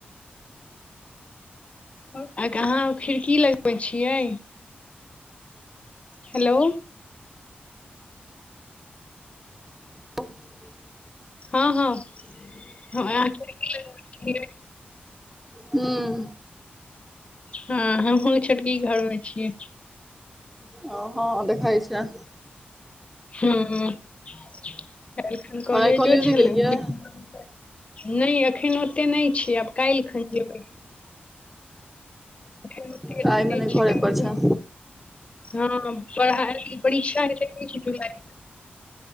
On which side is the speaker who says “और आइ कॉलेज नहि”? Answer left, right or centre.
Centre